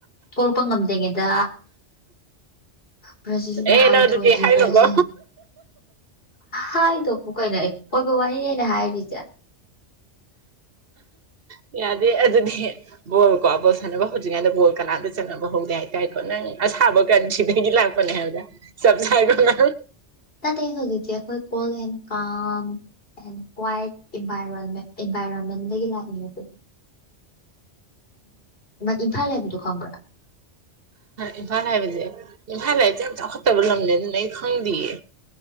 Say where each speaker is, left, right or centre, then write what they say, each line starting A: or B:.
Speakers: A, on the left; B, on the right.
A: ꯊꯣꯛꯂꯛꯄ ꯉꯝꯗ꯭ꯔꯤꯉꯩꯗ ꯕ꯭ꯔꯥꯖꯤꯜꯅ
B: ꯑꯦ
A: ꯍꯥꯟꯅ
B: ꯅꯪ ꯑꯗꯨꯗꯤ
A: ꯊꯣꯏꯈꯤꯕ꯭ꯔꯥꯁꯨ
B: ꯍꯥꯏꯅꯨꯀꯣ
A: ꯍꯥꯏꯗꯣꯕꯨ ꯀꯥꯏꯅꯣ ꯕꯣꯜ ꯋꯥꯅꯤ ꯍꯥꯏꯔꯤꯖꯦ
B: ꯌꯥꯗꯦ ꯑꯗꯨꯗꯤ ꯕꯣꯜ ꯀꯣ ꯕꯣꯜ ꯁꯥꯟꯅꯕ ꯍꯧꯗ꯭ꯔꯤꯉꯩꯗ ꯕꯣꯜ ꯀꯅꯥꯝꯗ ꯆꯥꯟꯅꯕ ꯍꯧꯗꯦ ꯍꯥꯏꯇꯥꯔꯦꯀꯣ ꯅꯪ ꯑꯁꯥꯕ ꯀꯥꯟ ꯁꯤꯗꯒꯤ ꯂꯥꯛꯄꯅꯦ ꯆꯞ ꯆꯥꯏꯀꯣ ꯅꯪ
A: ꯅꯠꯇꯦ ꯍꯧꯖꯤꯛꯇꯤ ꯑꯩꯈꯣꯏ cool and calm and quiet ꯏꯟꯚꯔꯣꯟ ꯏꯟꯚꯥꯏꯔꯣꯟꯃꯦꯟꯗꯒꯤ ꯂꯥꯛꯏꯅꯦꯕ ꯑꯈꯣꯏꯗꯤ ꯎꯝ ꯏꯝꯐꯥꯜ ꯍꯥꯏꯕꯗꯨ ꯈꯪꯕ꯭ꯔꯥ
B: ꯏꯝꯐꯥꯜ ꯍꯥꯏꯕꯁꯦ ꯏꯝꯐꯥꯜ ꯍꯥꯏꯁꯦ ꯌꯥꯝ ꯆꯥꯎꯈꯠꯇꯕ ꯂꯝꯅꯦ ꯑꯗꯨꯅ ꯑꯩ ꯈꯪꯗꯤꯌꯦ